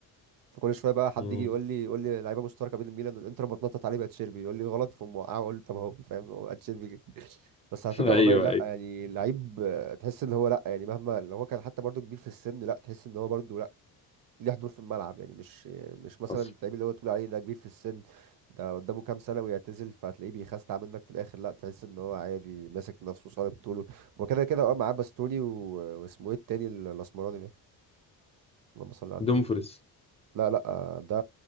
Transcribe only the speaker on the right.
فكل شويه بقى حد
يجي يقول لي يقول لي لعيبه مشتركه بين الميلان والانتر بتنطط عليه بقى تشيربي يقول لي غلط فموقعه اقول له طب اهو فاهم هو تشيربي بس
على فكره والله
لا
يعني لعيب آه، تحس ان هو لا يعني مهما لو هو كان حتى برضو كبير في السن لا تحس ان هو برضو لا ليه حضور في الملعب يعني مش مش مثلا
اللعيب اللي هو تقول عليه ده كبير في السن ده قدامه كام سنه ويعتزل فهتلاقيه بيخستع منك في الاخر لا تحس ان هو عادي ماسك نفسه صلب طوله وكده كده اه معاه باستوني و- واسمه ايه التاني ال- الاسمراني ده اللهم صل على
النبي لا لا آه، ده